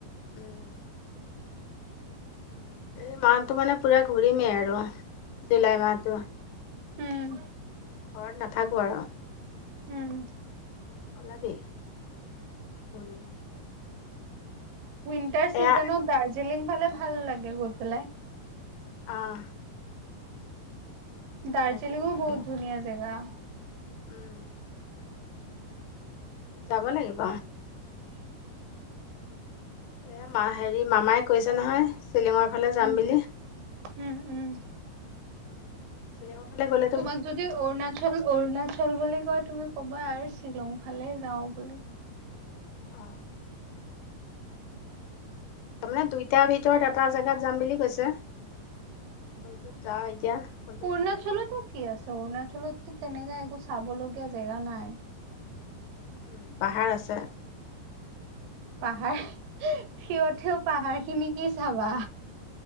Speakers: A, on the left (about 85°); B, on the right (about 80°).
A: উম। এই মাহতটো মানে পুৰা ঘূৰিমেই আৰু জুলাই মাহতটো।
B: উম,
A: ঘৰত নাথাকোঁ আৰু।
B: উম।
A: ওলাবি ঘূৰিম।
B: উইণ্টাৰ চিজনত
A: এয়া
B: দাৰ্জিলিং ফালে ভাল লাগে গৈ পেলাই।
A: অ'।
B: দাৰ্জিলিঙো
A: দাৰ্জিলিং ভাল
B: বহুত
A: লাগে
B: ধুনীয়া জেগা।
A: উম। যাব লাগিব। এ মা হেৰি মামাই কৈছে নহয় শ্বিলিঙৰ। ফালে যাম
B: উম,
A: বুলি
B: উম, উম।
A: শ্বিলংৰ ফালে গ'লে।
B: তোমাক যদি অৰুণাচল। অৰুণাচল বুলি কয় তুমি ক'বা আৰু শ্বিলং ফালে যাওঁ বুলি।
A: অ তাৰমানে দুইটাৰ ভিতৰত এটা জেগাত যাম বুলি কৈছে, কোনটোত যাওঁ এতিয়া। কোনটোত
B: অৰুণাচলতো
A: ভাল লাগিব
B: কি আছে অৰুণাচলতো তেনেকা একো চাবলগীয়া জেগা নাই।
A: উম, পাহাৰ আছে।
B: পাহাৰ, থিঅ থিঅ পাহাৰ খিনি কি চাবা।